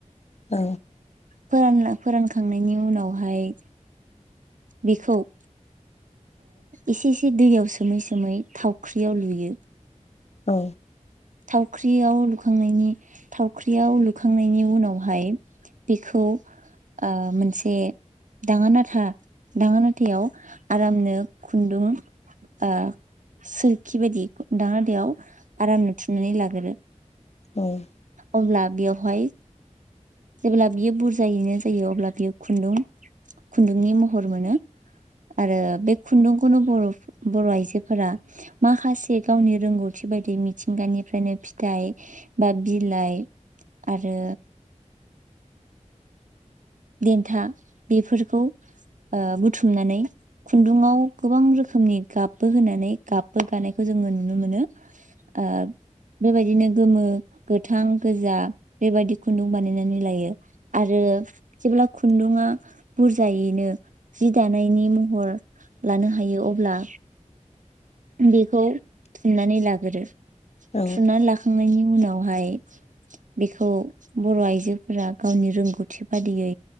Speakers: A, on the left; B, on the right.
A: ओ
B: फोराना फोरान खांनायनि उनावहाय बेखौ ओ एसे एसे दैयाव सोमै सोमै थावख्रियाव लुयो
A: औ
B: थावख्रियाव लुखांनायनि थावख्रियाव लुखांनायनि उनावहाय बेखौ ओ मोनसे दाङा नाथा दाङा नाथायाव आरामनो खुन्दुं ओ सोरखि बायदि दाङा नाथायाव आरामनो थुमनानै लाग्रो
A: औ
B: अब्ला बेयावहाय जेब्ला बियो बुरजायैनो जायो अब्ला बियो खुन्दुं खुन्दुंनि महर मोनो आरो बे खुन्दुंखौनो बर' बर' आइजोफोरा माखासे गावनि रोंगौथि बादि मिथिंगानिफ्रायनो फिथाइ बा बिलाइ आरो देन्था बेफोरखौ ओ बुथुमनानै खुन्दुाव गोबां रोखोमनि गाबबो होनानै गाबबो गानायखौ जोङो नुनो मोनो ओब बेबायदिनो गोमो, गोथां, गोजा बेबायदि खुन्दुं बानायनानै लायो। आरो जेब्ला खुन्दुङआ बुरजायैनो जि दानायनि महर लानो हायो अब्ला बेखौ थुननानै लागोरो
A: औ
B: थुननानै लाखा खांनायनि उनावहाय बेखौ बर आइजोफोरा गावनि रोंगौथि बादियै